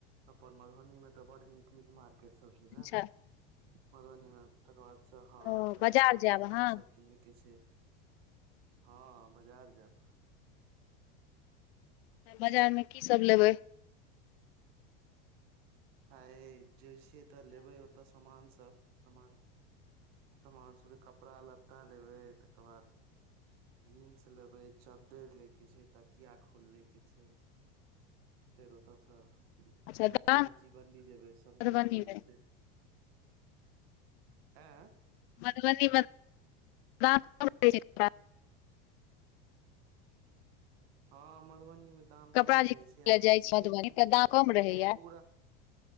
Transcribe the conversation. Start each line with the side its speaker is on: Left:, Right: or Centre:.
Right: अपन मधुबनी मे त बड नीक नीक मार केट सब छै ने!
Left: अच्छा
Right: मधुबनीमे तकर बाद। स हँ
Left: ओ
Right: तकर
Left: बाजार
Right: बाद ओतऽ
Left: जायब
Right: समान
Left: अहाँ
Right: सब किनै के छै। हँ बजार जैब।
Left: बजारमे की सब लेबै?
Right: ह। जे छै ए तऽ लेबै ओत समान सब सब सामान सब सामान सब। कपड़ा लत्ता लेबै तकर बाद जींस लेबै चद्दर ले के छै तकिया खुल लैके छै। फेर ओ तऽ स।
Left: अच्छा दाम
Right: सब्जी मण्डी जेबै सब्जी
Left: मधुबनी
Right: मण्डीमे
Left: मे
Right: से। आँ।
Left: मधुबनी <unintelligible>
Right: हँ मधुबनी मे। दाम
Left: कपड़ा
Right: कम
Left: जे
Right: रहै
Left: किनै
Right: छै आब
Left: ले जाइ छी मधुबनी
Right: मेन की
Left: तऽ
Right: दिक्कत
Left: दाम कम
Right: छै
Left: रहैया
Right: जे पूरा